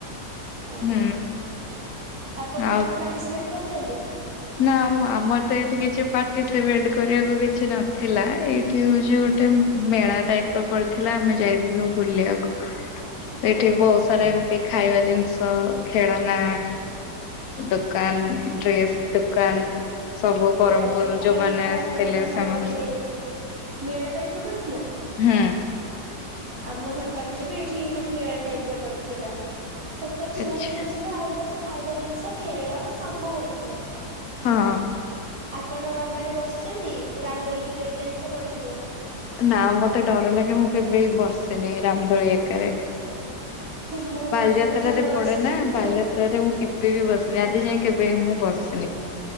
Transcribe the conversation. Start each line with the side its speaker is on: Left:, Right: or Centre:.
Right: ଆଜ୍ଞା
Left: ହୁଁ।
Right: ଆପଣ
Left: ଆଉ
Right: ଏମତି ପାର୍ଟିସିପେଟ୍ କରିଚନ୍ତି?
Left: ନା ଆମ ଆମର ତ ଏଇଠି କିଛି ପାର୍ଟିସିପେଟ୍ କରିବାକୁ କିଛି ନଥିଲା ଏଇଠି ହଉଛି ଗୋଟେ ଉଁ, ମେଳା ଟାଇପ୍ ର ପଡିଥିଲା ଆମେ ଯାଇଥିଲୁ ବୁଲିବାକୁ। ସେଇଠି
Right: ଓହୋ।
Left: ବହୁତ ସାରା ଏମ ତି ଖାଇବା ଜିନିଷ, ଖେଳନା ଦୋକାନ ଡ୍ରେ ସ୍ ଦୋକାନ ସବୁ ବରହ୍ମପୁର
Right: ରଜ
Left: ରୁ
Right: ପାଇଁ
Left: ଯୋଉମାନେ
Right: ମାନେ
Left: ଆସିଥିଲେ
Right: ଆପଣଙ୍କ ଘର
Left: ସେମାନେ
Right: ପାଖରେ
Left: ସବ
Right: ମେଳା ଟାଇପ୍ ର ପଡ଼ିଥିଲା?
Left: ହୁଁ।
Right: ଆମ ଘର ପାଖରେ ବି ଏଠି ଏ ମାନେ ମେଳା ଟାଇପ୍ ର ପଡିଥିଲା। ସବୁ ଟେକ୍ସନାରୀ
Left: ଆଚ୍ଛା
Right: ଜିନିଷ ଷ ଠୁ ଆରମ୍ଭ କରି ଖାଇବା ଜିନିଷ ଖେଳ ସବୁ ପଡ଼ିଥିଲା।
Left: ହଁ।
Right: ଆପଣ ମାନେ ବସିଛନ୍ତି ରାମଦୋଳି କି ବ୍ରେକ୍ ଡ୍ୟାନ୍ସ ତ ପଡ଼ିଥିବ?
Left: ନା ମୋତେ ଡର ଲାଗେ ମୁଁ କେବେବି ବସେନି ରାମଦୋଳି ଏକାରେ।
Right: ମୁଁ
Left: ବାଲିଯାତ୍ରାରେ
Right: ଦିଥର ବସିଛି
Left: ପଡେ ନା ବାଲିଯାତ୍ରାରେ
Right: ଏଇ
Left: ମୁଁ କେବେ ବି ବସିନି ଆଜି
Right: ଆଜ୍ଞା।
Left: ଯାଏ କେବ ବେ ମୁଁ ବସିନି।